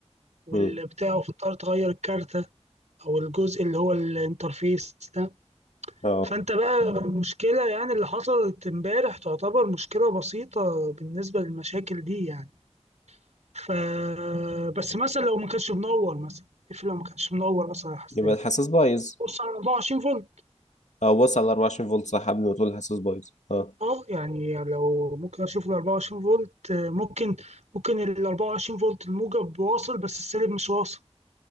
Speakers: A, on the right (about 80°); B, on the left (about 85°).
A: والبتاع
B: امم
A: فتضطر تغير الكارتة او الجزء اللي هو الانترفيس ده
B: اه
A: فانت بقى المشكلة يعني اللي حصلت امبارح تعتبر مشكلة بسيطة بالنسبة للمشاكل دي يعني ف بس مثلا لو ما كانش منور مثلا اقفل لو ما كانش منور اصلا على الحساس
B: يبقى الحساس بايظ
A: بص على 24 فولت
B: اه بص على 24 فولت صح قبل ما تقول الحساس بايظ اه
A: اه يعني لو ممكن اشوف ال 24 فولت آه، ممكن ممكن ال 24 فولت الموجب واصل بس السالب مش واصل